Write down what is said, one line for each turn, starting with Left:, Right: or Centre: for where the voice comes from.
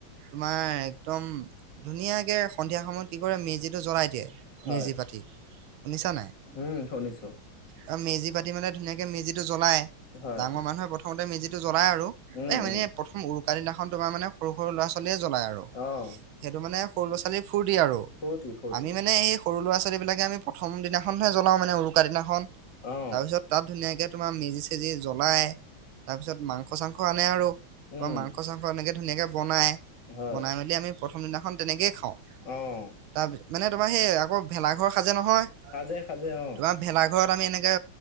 Right: তোমাৰ একদম ধুনীয়াকে সন্ধিয়া সময়ত কি কৰে মেজিটো জ্বলাই দিয়ে
Left: হয়
Right: মেজি পাতি শুনিছা নাই।
Left: উম শুনিছোঁ।
Right: আৰু মেজি পাতি মানে ধুনীয়াকে মেজিটো জ্বলাই
Left: হয়
Right: ডাঙৰ মানুহে প্ৰথমতে মেজিটো জ্বলাই আৰু।
Left: উম
Right: এ মানে
Left: উম।
Right: প্ৰথম উৰুকা দিনাখন তোমাৰ মানে সৰু সৰু ল'ৰা ছোৱালীয়ে জ্বলায় আৰু।
Left: অহ।
Right: সেইটো মানে সৰু ল'ৰা ছোৱালী ফূৰ্তি আৰু
Left: ফূৰ্তি ফূৰ্তি
Right: আমি মানে সেই সৰু ল'ৰা ছোৱালী বিলাকে আমি প্ৰথম দিনাখনহে জ্বলাওঁ মানে উৰুকা দিনাখন তাৰপিছত
Left: অ
Right: তাত ধুনীয়াকে তোমাৰ মেজি চেজি জ্বলাই তাৰপিছত মাংস চাংস আনে আৰু তাৰ
Left: উম
Right: মাংস চাংস এনেকে ধুনীয়াকে বনায়
Left: হয়
Right: বনাই মেলি আমি প্ৰথম দিনাখন তেনেকেই খাওঁ।
Left: অহ।
Right: তাৰপি মানে তোমাৰ সেই আকৌ ভেলাঘৰ সাজে নহয়।
Left: সাজে সাজে অ।
Right: তোমাৰ ভেলাঘৰত আমি এনেকে